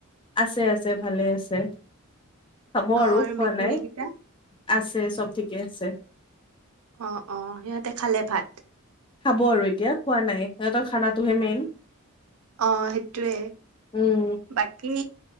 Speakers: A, on the left; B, on the right.
A: আছে আছে ভালে আছে খাব
B: অ
A: আৰু খোৱা
B: মেকুৰী
A: নাই
B: কেইটা
A: আছে চব ঠিকে আছে
B: অ অ সিহঁতে খালে ভাত
A: খাব আৰু এতিয়া খোৱা নাই সিহঁতৰ খানাটোহে মেইন
B: অ সেইটোৱে
A: উম
B: বাকী